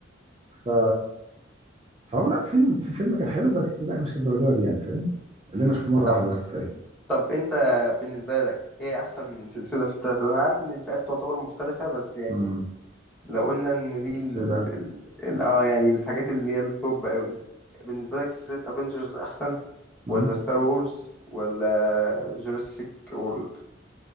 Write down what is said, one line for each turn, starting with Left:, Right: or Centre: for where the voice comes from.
Right: ف فهو لا فيلم في فيلم كان حلو بس لا مش للدرجه دي يعني فاهم اللي انا اشوفه مره
Centre: طب
Right: واحده بس كفايه
Centre: طب انت بالنسبه لك ايه احسن سلسله في التلاته انا عارف ان الفئات تعتبر مختلفه بس يعني
Right: امم
Centre: لو قلنا ان دي ال...
Right: سلسله
Centre: ال... ال... اه يعني الحاجات اللي هي التوب قوي بالنسبة لك سلسلة افنجرز احسن
Right: امم
Centre: ولا ستار وورز ولا جوراسيك وورلد